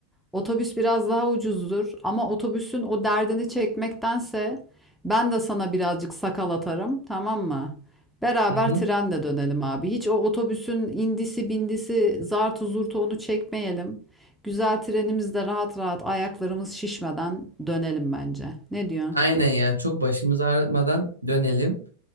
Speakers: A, in the centre; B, on the right (about 80°).
A: Otobüs biraz daha ucuzdur ama otobüsün o derdini çekmektense ben de sana birazcık sakal atarım, tamam mı? Beraber
B: Hı hı.
A: trenle dönelim abi. Hiç o otobüsün indisi bindisi zartu zurtu onu çekmeyelim. Güzel trenimizde rahat rahat ayaklarımız şişmeden dönelim bence. Ne diyorsun?
B: Aynen ya çok başımızı ağrıtmadan dönelim.